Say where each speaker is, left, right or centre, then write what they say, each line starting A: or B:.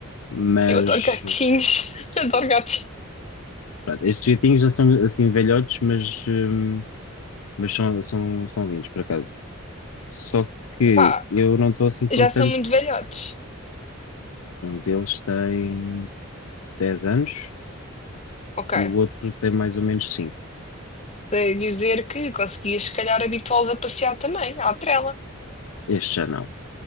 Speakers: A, on the left; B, on the left.
A: mas
B: eu adoro gatinhos, <laughs> adoro gatos.
A: pronto, estes gatinhos já são assim velhotes, mas, ahm, mas são, são, são lindos por acaso. Só que
B: Epá,
A: eu não estou assim contente
B: já são muito velhotes.
A: Um deles tem 10 anos
B: Ok,
A: e o outro tem mais ou menos 5.
B: sei dizer que conseguias se calhar habituá-los a passear também, à trela.
A: Este já não.